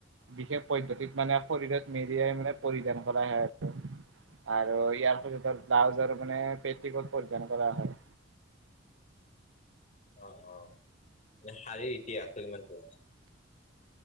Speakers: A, on the right; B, on the left.
A: বিশেষ পদ্ধতিত মানে শৰীৰত মেৰিয়াই মানে পৰিধান কৰা হয়ে আৰু আৰু ইয়াৰ সতে ব্লাউজৰ মানে পেটিকোট পৰিধান কৰা হয়
B: অ অ মানে শাৰীৰ ইতিহাসটো কিমান পুৰণা